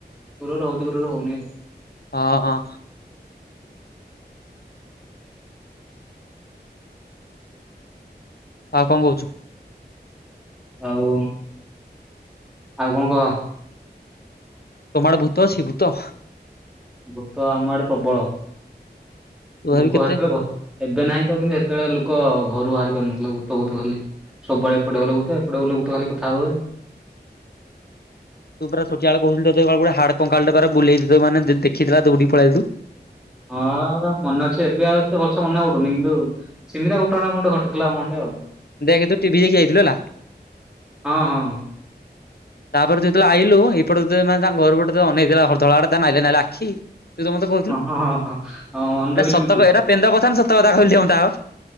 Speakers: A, in the centre; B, on the left.
A: ଗୁରୁ ଗୁରୁ ହୋଉଚି ଗୁରୁ ହୋଉନି ଆଉ।
B: ହଁ ହଁ। ଆଉ କଁ କହୁଚୁ?
A: ଆଉ ଆଉ କଣ କହ?
B: ତୁମ ଆଡେ ଭୂତ ଅଛି ଭୂତ?
A: ଭୂତ ଆମ ଆଡେ ପ୍ରବଳ।
B: ତୁ ଭାବି
A: ଲୋକ
B: କେତେ
A: ହେତଳେ ବ ଏବେ ନାହିଁ ତ କିନ୍ତୁ ହେ ସେତେବେଳେ ଲୋକ ଘରୁ ବାହାରି ପାରୁନଥିଲେ ଭୂତ ଭୂତ ଖାଲି ସବୁବେଳେ ଏପଟେ ଗଲେ ଭୂତ ହେପଟେ ଗଲେ ଭୂତ ଖାଲି କଥା ହୁଏ।
B: ତୁ ପରା ଛୋଟିଆ ବେଳେ କହୁଥୁଲୁ ତତେ କାଳେ କୁଆଡେ ହାଡ କଙ୍କାଳଟେ ଥରେ ବୁଲେଇ ଦେଇ ମାନେ ଦେ-ଦେଖିଥିଲା ଦୌଡିକି ପଳିଆଇଲୁ ତୁ?
A: ହଁ ମନେ ଅଛି ଏବେ ଆଉ ଏତେ ଭଲସେ ମନେ ପଡୁନି କିନ୍ତୁ ସେମିତିଆ ଘଟଣା କଣଟେ ଘଟିଥିଲା ଆମଠେ ଆଉ।
B: ଦେଖ ତୁ ଟିଭି ଦେଖି ଯାଇଥିଲୁ ହେଲା।
A: ହଁ ହଁ ହଁ
B: ତାପରେ ତୁ ଯେତେତେଳେ ଆଇଲୁ ଏଇପଟେ ତତେ ମାନେ ତାଙ୍କ ଘର ପଟେ ତତେ ଅନେଇଥିଲା ହରଦଳା ଆଡେ ତା ନାଇଲା ନାଇଲା ଆଖି ତୁ ତ ମତେ କୋହୁଥୁଲୁ
A: ହଁ ହଁ ହଁ ହଁ ମନେ
B: ଏଟା
A: ରଖିଛୁ
B: ସତକ
A: କି ତୁ
B: ଏରା ପେନ୍ଦକଥା ନା ସତକଥା କହିଲୁ ଟିକେ ମତେ ଆଗ?